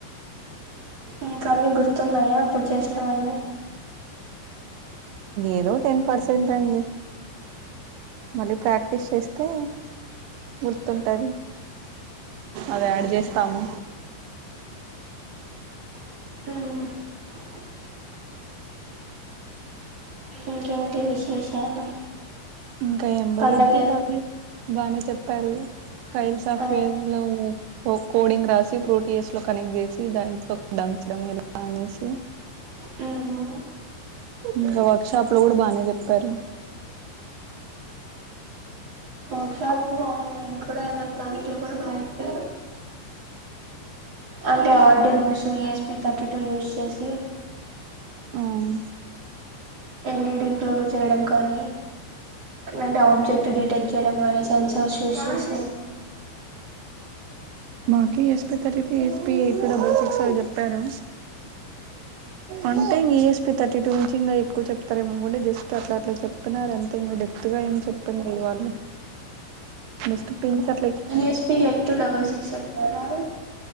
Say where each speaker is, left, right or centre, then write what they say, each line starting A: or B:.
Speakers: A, on the right; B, on the right.
A: ఇంకన్ని గుర్తున్నాయా అప్పుడు చేసినవన్నీ
B: ఏదో టెన్ పర్సెంట్ అండి మళ్ళీ ప్రాక్టీస్ చేస్తే గుర్తుంటంది అది యాడ చేస్తాము
A: మ్ ఇంకేంటి విశేషాలు
B: ఇంకా ఏంబడేది
A: పండగలు
B: బానే బాగానే చెప్పారు కైల్ సాఫ్ట్వేర్
A: ఆ
B: లో కోడింగ్ రాసి ప్రోటీయస్ లో కనెక్ట్ చేసి దాంట్లో దంచడం ఎల అనేసి
A: మ్మ్
B: ఇంకా వర్క్ షాప్ లో కూడా బానే చెప్పారు
A: వర్క్షాప్ ఆన్లైన్ కూడా దాంట్లో లో కూడా బాగా చెప్తారు అంటే Arduinos ESP thirty two use చేసి
B: మ్మ్
A: ఎల్ఈడి క్లో చేయడం కానీ అంటే ఆబ్జెక్ట్ డిటెక్ట్ చేయడం కానీ సెన్సార్ యూస్ చేస
B: మాకి ESP thirty three ESP eight double six అవి చెప్పారు అంటే ఇం ఈఎస్పి థర్టీ టూ నుంచి ఇంకా ఎక్కువ చెప్తారేమనుకుంటే జస్ట్ అట్లా అట్లా చెప్తున్నారు అంతే ఇంకా చెప్తుగా ఏం చెప్పండి వాళ్ళు జస్ట్ పిన్స్ట్ల
A: S P eight two double six ఎట్రా